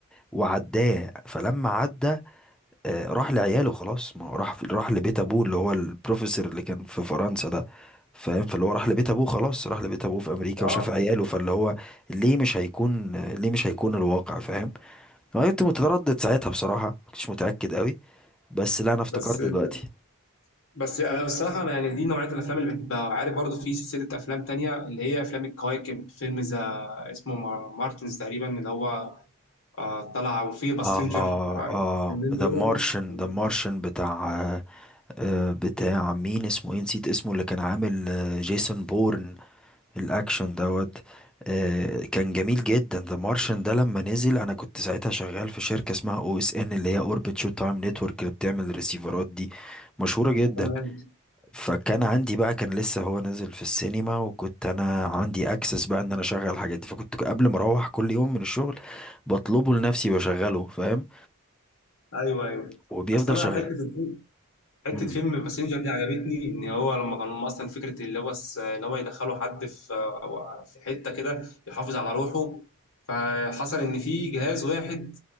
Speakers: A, in the centre; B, on the left.
A: وعداه فلما عدى آه، راح لعياله خلاص ما هو راح راح لبيت أبوه اللي هو البروفيسور اللي كان في فرنسا ده فاهم فاللي هو راح لبيت أبوه خلاص راح لبيت أبوه في أمريكا
B: اه
A: وشاف عياله فاللي هو ليه مش هيكون ليه مش هيكون الواقع فاهم انا كنت متردد ساعتها بصراحه ما كنتش متاكد قوي بس لا انا افتكرت
B: بس ال...
A: دلوقتي
B: بس أنا الصراحة أنا يعني دي نوعية الأفلام اللي بحبها وعارف برضو في سلسلة أفلام تانية اللي هي أفلام الكواكب فيلم ذا اسمه مار- مارتنز تقريبا اللي هو آه، طلع وفيه باسنجر
A: اه
B: آه،
A: اه
B: الفيلمين
A: ذا
B: دول
A: مارشن
B: يعني
A: ذا مارشن
B: بس-
A: بتاع آه، آه، بتاع مين اسمه ايه نسيت اسمه اللي كان عامل آه، جيسون بورن الاكشن دوت آه، كان جميل جدا ذا مارشن ده لما نزل انا كنت ساعتها شغال في شركه اسمها او اس ان اللي هي اوربت شو تايم نتورك اللي بتعمل الريسيفرات دي مشهوره جدا
B: آه، تمام
A: فكان عندي بقى كان لسه هو نازل في السينما وكنت انا عندي اكسس بقى ان انا اشغل الحاجات دي فكنت قبل ما اروح كل يوم من الشغل بطلبه لنفسي بشغله فاهم
B: أيوه أيوه
A: وبيفضل
B: أصل
A: شغال
B: أنا حتة حته
A: مم.
B: فيلم باسنجر دي عجبتني ان هو لما كانوا اصلا فكره اللي هو الس- ان هو يدخلوا حد في أو في حته كده يحافظ على روحه فحصل ان في جهاز واحد